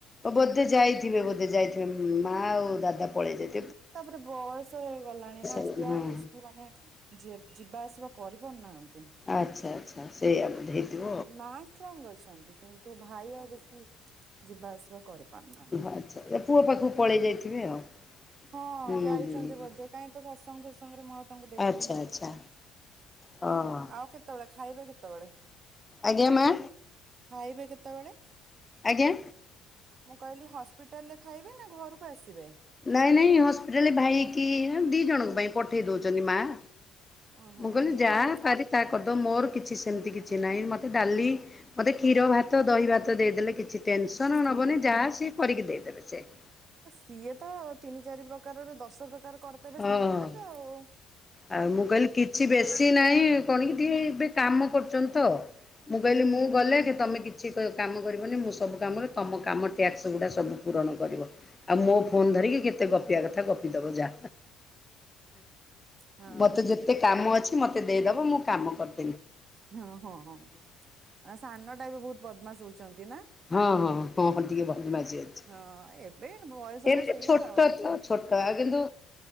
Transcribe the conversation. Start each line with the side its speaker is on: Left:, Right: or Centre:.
Left: ହ ବୋଧେ ଯାଇଥିବେ ବୋଧେ ଯାଇଥିବେ ମାଆ ଆଉ ଦାଦା ପଳେଇଲେ।
Right: ତାପରେ ବୟସ ହେଇଗଲାଣି ନା
Left: ହଁ
Right: ସେ
Left: ହଁ
Right: ଆଉ ବେଶୀ ମାନେ ଯିବା ଆସିବା କର ପାରୁନାହାନ୍ତି।
Left: ଆଚ୍ଛା ଆଚ୍ଛା ସେଇଆ ବୋଧେ ହେଇଥିବ
Right: ମାଆ ଷ୍ଟ୍ରଙ୍ଗ ଅଛନ୍ତି କିନ୍ତୁ ଭାଇ ଆଉ ବେଶୀ ଯିବା ଆସିବା କରି ପାରୁନାହାନ୍ତି
Left: ହଁ
Right: ।
Left: ଆଚ୍ଛା ଏ ପୁଅ ପାଖକୁ ପଳେଇ ଯାଇଥିବେ ଆଉ
Right: ହଁ
Left: ହୁଁ
Right: ଯାଇଛନ୍ତି
Left: ହୁଁ
Right: ବୋଧେ କାହିଁ ତ ଶତ୍ସଙ୍ଗ ଫତ୍ସଙ୍ଗରେ ମ ତାଙ୍କୁ ଦେଖୁନି,
Left: ଆଚ୍ଛା ଆଚ୍ଛା ହଁ
Right: ଆଉ କେତେବେଳେ ଖାଇବେ କେତେବେଳେ?
Left: ଆଜ୍ଞା ମାଆ
Right: ଖାଇବେ କେତେବେଳେ?
Left: ଆଜ୍ଞା।
Right: ମୁଁ କହିଲି ହସ୍ପିଟାଲ ରେ ଖାଇବେ ନା ଘରକୁ ଆସିବେ ।
Left: ନାଇଁ ନାଇଁ ହସ୍ପିଟାଲରେ ଭାଇକି ଦି ଜଣଙ୍କ ପାଇଁ ପଠେଇ ଦଉଛନ୍ତି ମାଆ।
Right: ଓହୋ
Left: ମୁଁ କହିଲି ଯା
Right: ଭାଇ
Left: ପାରି ତାହା କରି ଦଉନ ମୋର କିଛି ସେମତି କିଛି ନାହିଁ ମତେ ଡାଲି ମୋତେ କ୍ଷୀର ଭାତ ଦହି ଭାତ ଦେଇଦେଲେ କିଛି ଟେନ୍ସନ
Right: ସି
Left: ନବନି ଯାହା ସିଏ କରିକି ଦେଇଦେବେ ସେ ।
Right: ସିଏ ତ ତିନି ଚାରି ପ୍ରକାରର ଦଶ ପ୍ରକାର କରିଦେବେ
Left: ହଁ।
Right: ସାଙ୍ଗେ ସାଙ୍ଗେ ଆଉ ।
Left: ଆଉ ମୁଁ କହିଲି କିଛି ବେଶୀ ନାହିଁ, କଣ କି ଟିକେ ଏବେ କାମ କରୁଛନ୍ତି ତ । ମୁଁ କହିଲି,
Right: ହୁଁ।
Left: ମୁଁ ଗଲେ କି ତମେ କିଛି କିଛି କାମ କରିବନି, ମୁଁ ସବୁ କାମରେ ତମ କାମ ଟ୍ୟାକ୍ସ ଗୁଡ଼ା ସବୁ ପୂରଣ କରିବ । ଆଉ ମୋ ଫୋନ୍ ଧରିକି କେତେ ଗପିବା କଥା ଗପ। ଦବ ଯା,
Right: ହଁ
Left: ମତେ ଯେତେ କାମ ଅଛି ମୋତେ ଦେଇଦେବ ମୁଁ କାମ କରିଦେବି ।
Right: ହଁ ହଁ ହଁ ସାନଟା ବି ବହୁତ ବଦମାସ୍ ହଉଛନ୍ତି ନା?
Left: ହଁ ହଁ ହଁ ହଁ ଟିକେ ବଦମାସୀ ଅଛି,
Right: ହଁ ଏବେ ବୟସ
Left: ଏମିତି
Right: ଟା ସେଇଆ
Left: ଛୋଟ
Right: ଆଉ।
Left: ତ ଛୋଟ ଆଉ କିନ୍ତୁ